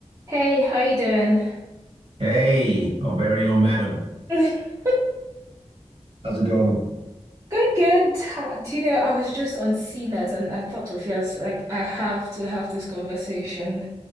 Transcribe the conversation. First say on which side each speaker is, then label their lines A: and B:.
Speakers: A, on the right; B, on the right.
A: Hey, how you doing?
B: Hey, our very own madam.
A: <laughs>
B: How's it going?
A: Going good. Ha- Do you know, I was just on CNET and I thought of yes, like I have to have this conversation